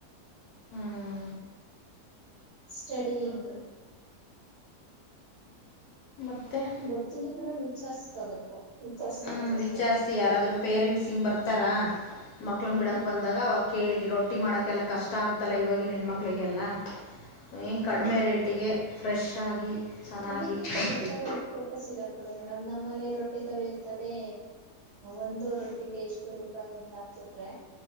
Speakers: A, on the left (about 75°); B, on the right (about 50°).
A: ಹ್ಮ್
B: ಸ್ಟಡಿಂಗ್
A: ಮತ್ತು
B: ಗೊತ್ತಿಲ್ಲ ಮೇಡಮ್ ವಿಚಾರ್ಸ್ಕೋಬೇಕು ವಿಚಾರ್ಸಿದ್ರೆ
A: ಹ್ಮ್
B: ಗೊತ್ತಾಗುತ್ತೆ
A: ವಿಚಾರ್ಸಿ ಯಾರಾದ್ರು ಪೇರೆಂಟ್ಸ್ ಹಿಂಗ ಬರ್ತಾರ ಮಕ್ಳ ಬಿಡಾಕ್
B: ಹ್ಮ್
A: ಬಂದಾಗ ಅವಾಗ ಕೇಳಿ ನೋ ರೊಟ್ಟಿ ಮಾಡೋಕ್ಕೆಲ್ಲ ಕಷ್ಟ ಆಗುತ್ತಲ್ಲ ಇವವಾಗಿ ಹೆಣ್ಮಕ್ಳಿಗೆಲ್ಲ ಹಏಂ
B: ಹ್ಮ್
A: ಕಡಿಮೆ ರೇಟಿಗೆ ಫ್ರೆಶ್ ಆಗಿ ಚೆನ್ನಾಗಿ
B: ಅದಕ್ಕಿಂತ
A: ಕೊಡ್ತೀವಿ
B: ಬೆಟರ್ ಆಿಸಬೇಕು ಸಿಗಾಕೊಳ್ಳಿ ಮೇಡಮ್ ನಮ್ಮಲ್ಲಿ ರೊಟ್ಟಿ ದೊರೆಯುತ್ತದೆ ಒಂದು ರೊಟ್ಟಿಗೆ ಇಷ್ಟು ರೂಪಾಯಿ ಎಂತ ಹಾಕ್ಬಿಟ್ರೆ